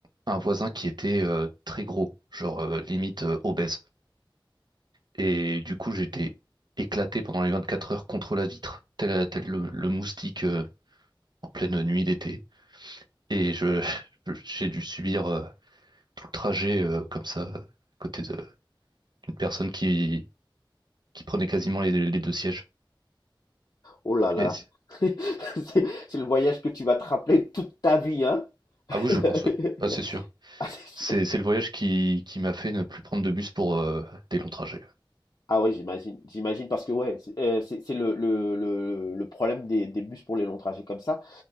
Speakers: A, on the right; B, on the left.
A: un voisin qui était euh, très gros, genre euh, limite euh, obèse. Et du coup, j'étais éclaté pendant les 24 heures contre la vitre, tel, tel le, le moustique euh, en pleine nuit d'été. Et je, <laughs> je- j'ai dû subir euh, tout le trajet euh, comme ça, à côté de- d'une personne qui, qui prenait quasiment les, les deux sièges.
B: Oh là là,
A: Et c'est-
B: <laughs> c'est c'est le voyage que tu vas te rappeler toute ta vie, hein? <laughs>
A: ah oui, je pense, oui. Ah, c'est sûr.
B: Ah, c'est
A: C'est, c'est le voyage qui, qui m'a fait ne plus prendre de bus pour euh, des longs trajets.
B: Ah ouais, j'imagine, j'imagine parce que ouais, c'est euh, c'est- c'est le, le, le, le problème des, des bus pour les longs trajets comme ça,